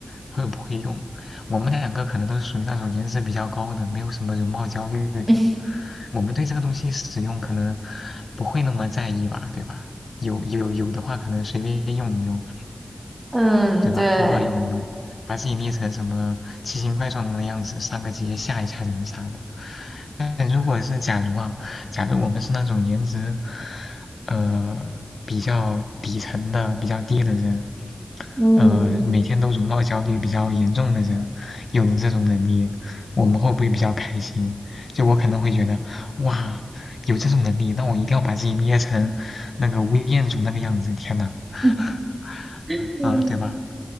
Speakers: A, on the left; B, on the right.
A: 会不会用。我们两个可能都属于那种颜值比较高的，没有什么容貌焦虑的。
B: <laughs>
A: 我们对这个东西使用可能不会那么在意吧，对吧？有有有的话，可能随便用一用，
B: 嗯，
A: 对吧？
B: 对，
A: 偶尔用一用，把自己捏成什么奇形怪状的样子，上个街吓一吓人啥的。但如果是假如啊，假如我们是那种颜值，呃，比较底层的、比较低的人。
B: 嗯
A: 呃，每天都容貌焦虑比较严重的人，有了这种能力，我们会不会比较开心？就我可能会觉得，哇，有这种能力，那我一定要把自己捏成那个吴彦祖那个样子，天呐，
B: <laughs>。
A: <laughs>
B: 嗯
A: 啊，对吧？